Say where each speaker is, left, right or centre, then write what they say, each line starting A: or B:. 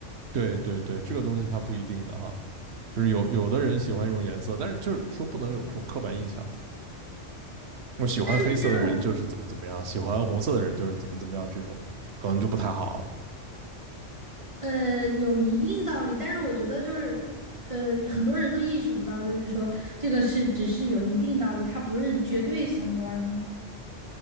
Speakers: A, on the right (about 60°); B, on the right (about 25°).
A: 对对对，这个东西它不一定的哈，就是有有的人喜欢一种颜色，但是就是说不能有这种刻板印象，我喜欢黑色的人就是怎么怎么样，
B: 但是这种
A: 喜欢红色的人就是怎么怎么样，这种可能就不太好。
B: 呃有一定道理，但是我觉得就是呃很多人都意识不到，就是说这个是只是有一定道理，它不是绝对相关的。